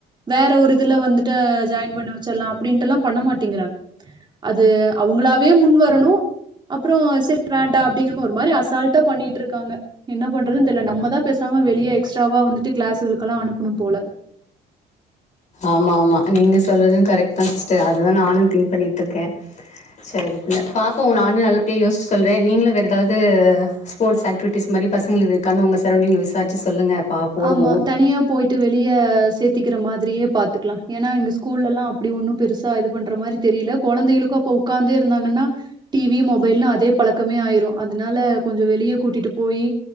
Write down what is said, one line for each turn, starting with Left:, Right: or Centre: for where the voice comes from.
Right: வேற ஒரு இத் துல வந்துட்டு ஜாயின் பண்ண வச்சிர்ல்லா அப்புடின்ட்டல்லா பண்ண மாட்டிங்குறாங்க அது அவங்களாவே முன் வரணு அப்புறோ செரி வேண்டா அப்டிங்கிற மோ ஒரு மாரி அசால்டா பண்ணிட்ருக்காங்க இன்ன பண்றதுன் தெர்ல நம்மதா பேசாம வெளியே எக்ஸ்ட்ராவா வந்துட்டு கிளாஸ்ஸுகுளுக்கல்லா அனுப்புனும் போல
Left: ஆமா ஆமா நீங்க சொல்றதும் கரெக்ட் தா சிஸ்டர் அதுதா நானு திங்க் பண்ணிட்ருக்க சேரி புள்ள பாப்போ நானு நல்லபடியா யோசிச்சு சொல்றே நீங்களும் வேறு ஏதாவது ஸ்போர்ட்ஸ் ஆக்டிவிட்டிஸ் மாரி பசங்குளுது இருக்கான்னு உங்க சரோன்டிங்ல விசார்ச்சி சொல்லுங்க பா போடுவோ
Right: ஆமா தனியா போயிட்டு வெளியஸ் க்கிற மாதிரியே பாத்துக்கிலா ஏன்னா எங்க ஸ்கூலெல்லாம் அப்டி ஒன்னு பெருசா இது பண்ற மாதிரி தெரியல குழந்தைகளுக்கு அப்போ உட்காந்தே இருந்தாங்கன்னா டிவி மொபைல்னு அதே பழக்கமே ஆயிரு அதுனால கொஞ்சோ வெளியே கூட்டிட்டு போய்